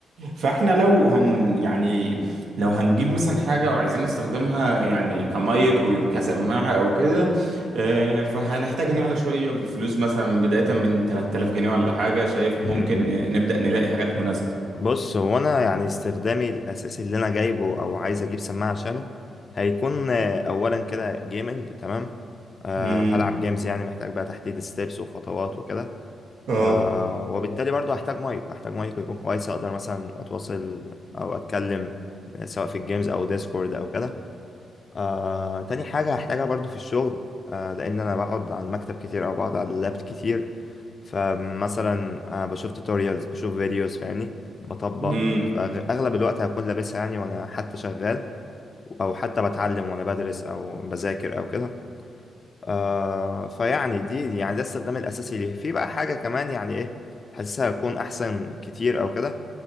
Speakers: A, on the right (about 85°); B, on the left (about 45°).
A: فاحنا لو هن يعني لو هنجيب مثلا حاجة وعايزين نستخدمها يعني كمايك وكسماعة أو كده آه، فهنحتاج نعلى شوية في الفلوس مثلا بداية من 3000 جنيه ولا حاجة شايف
B: م-م.
A: ممكن نبدأ نلاقي حاجات مناسبة
B: بص هو انا يعني استخدامي الاساسي اللي انا جايبه او عايز اجيب سماعه عشانه هيكون آه، اولا كده جيمنج تمام أه
A: مم.
B: هلعب جيمز يعني محتاج بقى تحديد ستيبس وخطوات وكده
A: اه
B: أه وبالتالي برضو هحتاج مايك هحتاج مايك يكون كويس اقدر مثلا اتواصل او اتكلم آه، سواء في الجيمز او ديسكورد او كده آه، تاني حاجة هحتاجها برضو في الشغل آه، لأن أنا بقعد على المكتب كتير أو بقعد على اللاب كتير فمثلا آه، بشوف توتوريالز بشوف فيديوز فاهمني بطبق
A: مم.
B: فأغلب الوقت هكون لابسها يعني وأنا حتى شغال أو حتى بتعلم وأنا بدرس أو بذاكر أو كده آه، فيعني دي يعني ده الاستخدام الأساسي ليه في بقى حاجة كمان يعني إيه حاسسها هتكون أحسن كتير أو كده